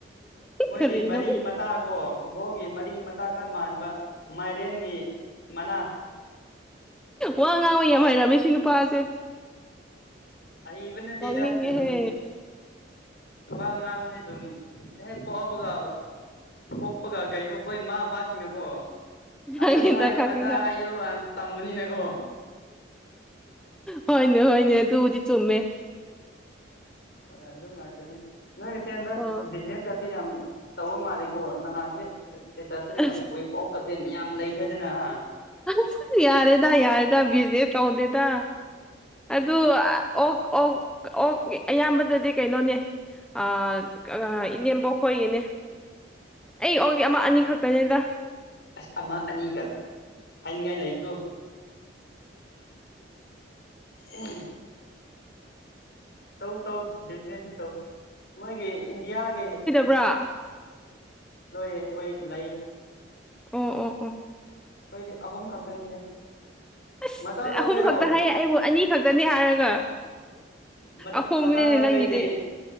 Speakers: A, on the left (about 55°); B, in the centre.
A: ꯃꯣꯏꯒꯤ
B: ꯀꯔꯤꯅꯣ
A: ꯃꯔꯤ ꯃꯇꯥꯒꯣ ꯐꯨꯠꯕꯣꯜꯒꯤ ꯃꯔꯤ ꯃꯇꯥ ꯈꯔ ꯃꯥꯟꯕ ꯃꯥꯏꯔꯦꯟꯒꯤ ꯃꯅꯥ
B: ꯋꯥ ꯉꯥꯡꯕ ꯌꯥꯝ ꯍꯩꯔꯝꯃꯦ ꯁꯤ ꯅꯨꯄꯥꯁꯦ
A: ꯍꯩꯕ ꯅꯠꯇꯦꯗ
B: ꯅꯣꯛꯅꯤꯡꯉꯦꯍꯦ
A: ꯑꯗꯨꯝ ꯋꯥ ꯉꯥꯡꯕꯅꯤ ꯑꯗꯨꯝ ꯍꯦꯛ ꯄꯣꯛꯑꯕꯒ ꯄꯣꯛꯄꯒ ꯀꯩꯅꯣ ꯑꯩꯈꯣꯏ ꯃꯥ ꯄꯥ ꯁꯤꯡꯅꯀꯣ
B: ꯈꯪꯉꯦꯗ
A: ꯑꯗꯨ ꯍꯥꯏꯌꯨ
B: ꯈꯪꯉꯦꯗ
A: ꯑꯗꯥ ꯍꯥꯏꯌꯨ ꯑꯥ ꯇꯝꯕꯅꯤꯅꯀꯣ
B: ꯍꯣꯏꯅꯦ ꯍꯣꯏꯅꯦ ꯑꯗꯨꯕꯨꯗꯤ ꯆꯨꯝꯃꯦ
A: ꯍꯣꯏ ꯑꯗꯨ ꯉꯥꯛꯇꯅꯤ ꯅꯣꯏꯒꯤꯁꯦ ꯍꯟꯗꯛ
B: ꯑꯣ
A: ꯏꯁ ꯕꯤꯖꯤꯅꯦꯁꯀꯥꯁꯦ ꯌꯥꯝ ꯇꯧꯕ ꯃꯥꯜꯂꯦꯀꯣ ꯅꯍꯥꯟꯁꯦ ꯁ꯭ꯇꯦꯇꯁꯇꯒꯥ
B: ꯑꯁ
A: ꯌꯥꯝ ꯎꯋꯦ ꯑꯣꯛ ꯀꯥꯁꯦ ꯃꯌꯥꯝ ꯂꯩꯊꯗꯅ ꯍꯥ
B: ꯑꯁ ꯌꯥꯔꯦꯗ ꯌꯥꯔꯦꯗ ꯕꯤꯖꯤꯅꯦꯁ ꯇꯧꯗꯦꯗ ꯑꯗꯨ ꯑꯣꯛ ꯑꯣꯛ ꯑꯣꯛ ꯑꯌꯥꯝꯕꯗꯥꯗꯤ ꯀꯩꯅꯣꯅꯦ ꯑꯥ ꯑꯥ ꯏꯅꯦꯝꯕꯣꯛꯈꯣꯏꯒꯤꯅꯦ ꯑꯩ ꯑꯣꯛꯗꯤ ꯑꯃ ꯑꯅꯤ ꯈꯛꯇꯥꯅꯤꯗ
A: ꯑꯁ ꯑꯃ ꯑꯅꯤ ꯀꯥ ꯍꯥꯏꯅꯤꯡꯉꯥꯏ ꯂꯩꯀꯣ <inaudible> ꯇꯧ ꯇꯧ ꯕꯤꯖꯤꯅꯦꯁꯅꯤ ꯇꯧ ꯃꯣꯏꯒꯤ ꯏꯟꯗꯤꯌꯥꯒꯤ
B: ꯄ꯭ꯔꯥ
A: ꯅꯣꯏ ꯑꯣꯏ ꯂꯩꯌꯦ
B: ꯑꯣ ꯑꯣ ꯑꯣ
A: ꯑꯩꯈꯣꯏꯗꯤ ꯑꯍꯨꯝ ꯈꯛꯇꯅꯤꯗ
B: ꯏꯁ
A: ꯃꯆꯥ ꯂꯧꯒꯦꯔꯣ
B: ꯑꯍꯨꯝ ꯈꯛꯇꯥ ꯍꯥꯏꯌꯦ ꯑꯩꯕꯨ ꯑꯅꯤ ꯈꯛꯇꯥꯅꯤ ꯍꯥꯏꯔꯒ
A: ꯃꯆꯥ
B: ꯑꯍꯨꯝꯅꯤꯅꯦ
A: ꯃꯆꯥ ꯂꯧꯒꯦꯗꯤ
B: ꯅꯪꯒꯤꯗꯤ